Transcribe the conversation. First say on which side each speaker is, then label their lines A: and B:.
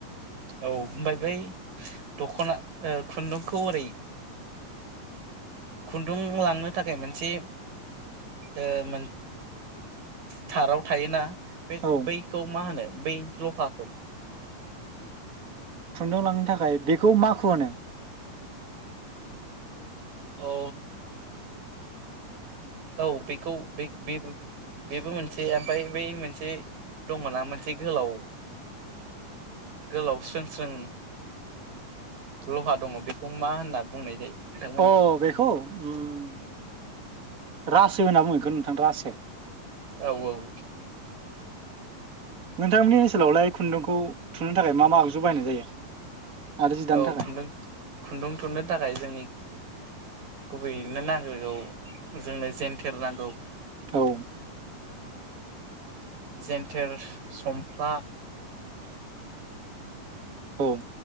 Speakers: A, on the right; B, on the right.
A: औ ओमफ्राय बै दख'ना ओ खुन्दुंखौ ओरै खुन्दुं लांनो थाखाय मोनसे ओ मोन थाराव थायोना बे
B: औ
A: बैखौ मा होनो बै लहाखौ
B: खुन्दुं लांनो थाखाय बेखौ माखु होनो
A: औ औ बेखौ बे बे बेबो मोनसे ओमफ्राय बै मोनसे दङ ना मोनसे गोलाव गोलाव स्रों स्रों लहा दङ बेखौ मा होनना बुंनाय जायो नोंथांमोननिखै
B: अ बेखौ उम रासो होनना बुङो नोंथां रासो
A: औ औ
B: नोंथांमोननि ओनसोलावलाय खुन्दुंखौ थुनो थाखाय मा मा आगजु बायनाय जायो आरो जि दानो
A: औ
B: थाखाय
A: खुन्दुं खुन्दुं थुननो थाखाय जोंनि गुबैयैनो नांगिरगौ जोंनो जेनथेर नांगौ
B: औ।
A: जेन्थेर संफ्ला
B: औ।